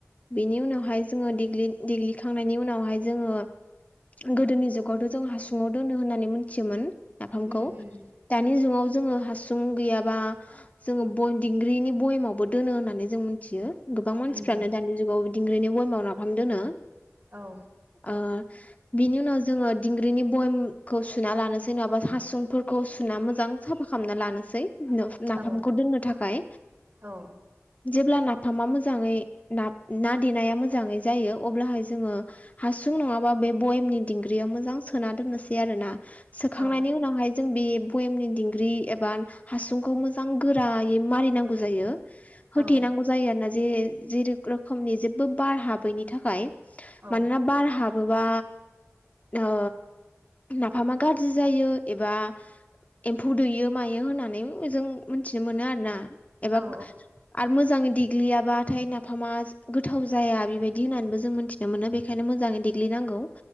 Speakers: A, on the left; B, on the right.
A: बेनि उनावहाय जोङो देग्लि देग्लि खांनायनि उनावहाय जोङो गोदोनि जुगावथ' जों हासुङाव दोनो होननानै मिथियोमोन। नाफामखौ
B: उम उम
A: दानि जुगाव जोङो हासु सुं गैयाबा जोङो बनदिंग्रिनि बयेमावबो दोनो होननानै जों मिथियो। गोबां मानसिफ्रानो
B: उम
A: दानि जुगाव दिंग्रिनि बयामाव नाफाम दोनो।
B: औ
A: ओ बिनि उनाव जोङो दिंग्रिनि बयमखौ सुना लानोसै नङाबा हासुं फोरखौ सुना मोजां साफा खालामना लानोसै नो नाफामखौ
B: औ
A: दोननो थाखाय
B: औ
A: जेब्ला फामा मोजाङै ना ना देनाया मोजां मोजाङै जायो अब्लाहाय जोङो हासुं नङाबा बे बयेमनि दिंग्रियाव मोजां सोना दोननोसै आरोना। सोखांनायनि
B: औ
A: उनावहाय जों बे भयेमनि दिंग्रि एबा हासुंखौ मोजां गोरा यै मारिनांगौ जायो। होथेनांगौ
B: औ
A: जायो आरोना जे जेर रोखोमनि जेबो बार हाबैनि थाखाय।
B: औ
A: मानोना बार हाबोबा ओ नाफामा गाज्रि जायो एबा एम्फौ दैयो मायो होननानै जों मिथिनो मोनो आरो ना एबा
B: औ
A: आरो मोजाङै देग ग्लियाबाथाय नाफामा गोथाव जाया बिबायदि होननानैबो जों मिथिनो मोनो बे बेखायनो मोजाङै देग्लिनांगौ